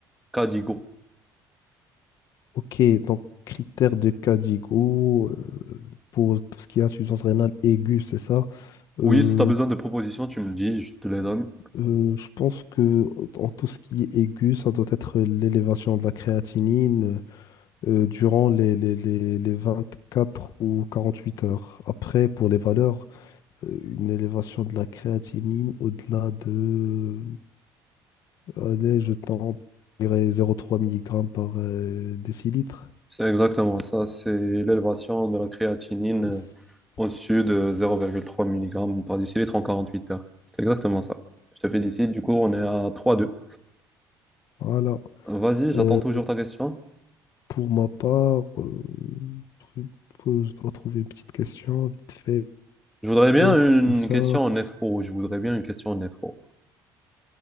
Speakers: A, in the centre; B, on the left (about 55°).
A: Cadigo?
B: Ok, donc critère de Cadigo euh, pour tout ce qui est insuffisance rénale aiguë, c'est ça. Euh,
A: Oui, si tu as besoin de propositions, tu me dis, je te les donne.
B: euh, je pense que en tout ce qui est aigu, ça doit être l'élévation de la créatinine euh, durant les, les, les, les 24 ou 48 heures. Après, pour les valeurs, euh, une élévation de la créatinine au-delà de, allez, je tente, je dirais 0,3 mg par euh, décilitre.
A: C'est exactement ça, c'est l'élévation de la créatinine
B: Yes.
A: euh, au-dessus de zéro virgule trois mg par décilitre en 48 heures. C'est exactement ça. Je te félicite, du coup on est à trois deux.
B: Voilà.
A: Vas-y, j'attends
B: Euh,
A: toujours ta question.
B: pour ma part, euh, je je dois trouver une petite question vite fait,
A: Je voudrais bien
B: comme
A: une
B: ça.
A: question en néphro, je voudrais bien une question en néphro.